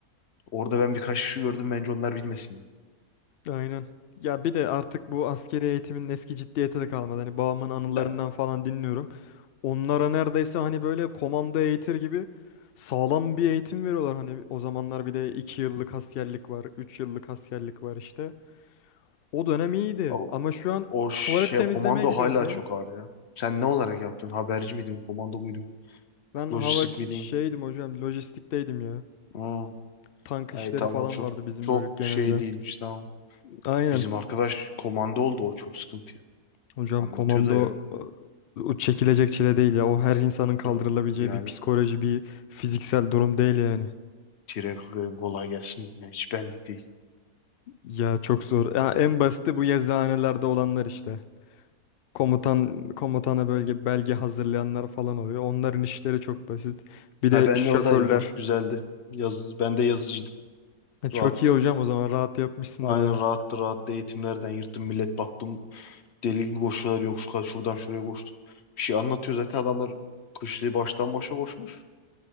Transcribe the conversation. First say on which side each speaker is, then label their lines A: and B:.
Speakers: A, on the left; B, on the left.
A: Orada ben birkaç kişi gördüm bence onlar bilmesin.
B: Aynen. Ya bir de artık bu askeri eğitimin eski ciddiyeti de kalmadı. Hani babamın anılarından
A: Yani
B: falan dinliyorum. Onlara neredeyse hani böyle komando eğitir gibi sağlam bir eğitim veriyorlar. Hani o zamanlar bir de 2 yıllık askerlik var, 3 yıllık askerlik var işte. O dönem iyiydi
A: O,
B: ama şu an
A: o şey
B: tuvalet temizlemeye
A: komando
B: gidiyoruz
A: hala
B: ya.
A: çok ağır ya. Sen ne olarak yaptın? Haberci miydin? Komando muydun?
B: Ben hava
A: Lojistik miydin?
B: şeydim hocam, lojistikteydim ya.
A: Hmm.
B: Tank
A: Hey,
B: işleri
A: tamam
B: falan
A: o çok
B: vardı bizim
A: çok
B: bölük genelde.
A: şey değilmiş tamam.
B: Aynen.
A: Bizim arkadaş komando oldu o çok sıkıntı ya.
B: Hocam
A: Anlatıyor
B: komando
A: da ya.
B: o o çekilecek çile değil ya. O her insanın kaldırılabileceği
A: Ee, Yani
B: bir psikoloji, bir fiziksel durum değil yani.
A: tire kolay gelsin. Ya, hiç benlik değil.
B: Ya çok zor. Ya en basiti bu yazıhanelerde olanlar işte. komutan komutana bölge belge hazırlayanlar falan oluyor. Onların işleri çok basit. Bir de
A: Ha, ben
B: şoförler.
A: de oradaydım ya. Güzeldi. Yaz, ben de yazıcıydım.
B: E, Çok
A: Rahat.
B: iyi hocam o zaman rahat yapmışsındır
A: Aynen
B: ya.
A: rahattı rahattı eğitimlerden yırttım. Millet baktım Deli gibi koşuyorlar yok şu kadar şuradan şuraya koştu. Bir şey anlatıyor zaten adamlar kışlığı baştan başa koşmuş.